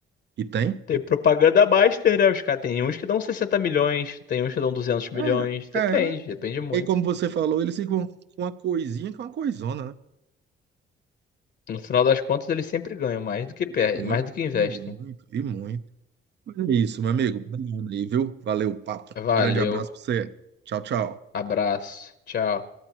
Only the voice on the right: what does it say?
E tem.
É,
é.
E como você falou, eles ficam com uma coisinha que é uma coisona, né?
E
muito,
e muito, e muito. Mas é isso, meu amigo. Obrigado aí, viu? Valeu o papo.
Um grande abraço pra você. Tchau, tchau.